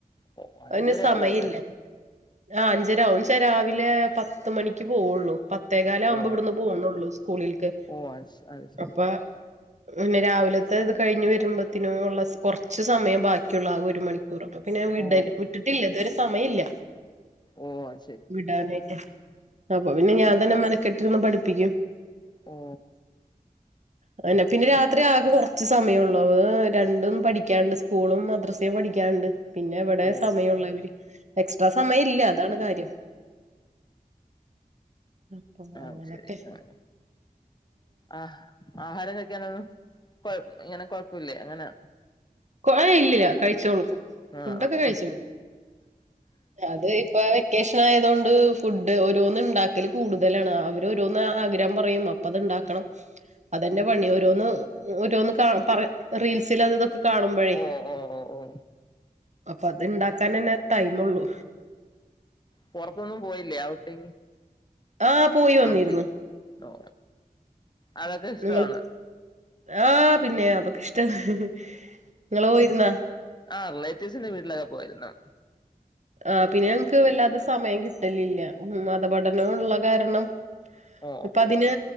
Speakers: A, on the left; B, on the right.
A: ഓ അഞ്ചര
B: അയിന് സമയ
A: ആവോ വരാൻ
B: ഇല്ല ആ അഞ്ചരാവും എന്ന് വെച്ച രാവിലെ പത്ത് മണിക്ക് പോവുള്ളൂ പത്തേകാലാവുമ്പോ
A: ഓ
B: ഇവിടുന്ന് പോണോള്ളു സ്കൂളിക്ക്
A: ഓ അത് അത് ശരി
B: അപ്പൊ പിന്നെ രാവിലത്തെ ഇത് കഴിഞ്ഞ് വരുമ്പോത്തിനും ഉള്ള കുറച്ച് സമയം ബാ ക്കുള്ള ആകെ ഒരു മണിക്കൂറൊക്കെ അപ്പൊ പിന്നെ വിട
A: ഓ
B: വിട്ടിട്ടില്ല ഇത് വരെ സമയ ഇല്ല
A: ഓ അ
B: വിടാനായിട്ട് അപ്പൊ പിന്നെ
A: ഓ
B: ഞാൻ തന്നെ മെനക്കെട്ടി നിന്ന് പഠിപ്പിക്കും
A: ഓ
B: അതന്നെ
A: അത്
B: പിന്നെ
A: ശരി
B: രാത്രി ആകെ കുറ ച്ച് സമയള്ളൂ അ രണ്ടും പഠിക്കാനുണ്ട് സ്കൂളും മദ്രസയും പഠിക്കാൻണ്ട് പിന്നെ എവിടെ
A: ഓ
B: സമയമുള്ളവര് എക്സ്ട്രാ സമയം
A: ആ
B: ഇല്ല അതാണ് കാര്യം അപ്പൊ
A: ആഹ
B: അങ്ങനൊക്കെ
A: ശരി ആഹ ആഹ ആഹാരം കഴിക്കാനൊന്നും കൊ ഇങ്ങനെ കൊഴപ്പില്ലേ അങ്ങനെ.
B: കൊ ഴഇല്ല കഴിച്ചോളും
A: ആ
B: ഫുണ്ടൊക്കെ
A: ആ
B: കഴിച്ചോളും
A: ആ
B: അത് ഇപ്പൊ. വെക്കേഷൻ ആയതുകൊണ്ട് ഫുഡ് ഓരോന്ന് ഉണ്ടാക്കൽ കൂടുതലാണ് അവർ ഓരോന്ന് ആഗ്രഹം പറയും അ. അപ്പ അത്ണ്ടാക്കണം അതെന്നെ പണി ഓരോന്ന് ഓരോന്ന് റീൽസിൽ അതൊക്കെ കാണുമ്പോഴേ
A: ഓ ഓ ഓ ഓ
B: അപ്പൊ അത് ഇണ്ടാക്കൻന്നെ ടൈം ഉള്ളു.
A: പുറത്തൊന്നും പോയില്ലേ ഔട്ടിങ്
B: ആ പോയി വന്നിരുന്നു
A: ഔട്ടിങ് ഓ അതൊക്കെ ഇഷ്ടമാണ്
B: നിങ്ങള് ആഹ് പിന്നെ അതൊക്ക ഇഷ്ട നിങ്ങ പോയിരുന്നാ.
A: ആ റിലേറ്റീവ്സിന്റെ വീട്ടിലൊക്കെ പോയിരുന്നു
B: ആഹ പിന്നെ ഞങ്ങക്ക് വല്ലാതെ സമയം കിട്ടലില്ല ഉ മതപഠനള്ള കാരണം
A: ഓ
B: ഇപ്പൊ അതിന്